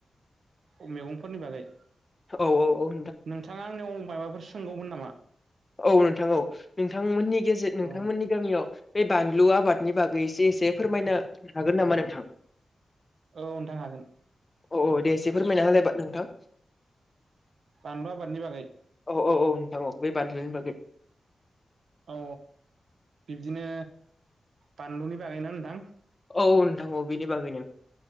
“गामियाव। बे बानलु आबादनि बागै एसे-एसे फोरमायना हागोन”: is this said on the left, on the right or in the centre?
Left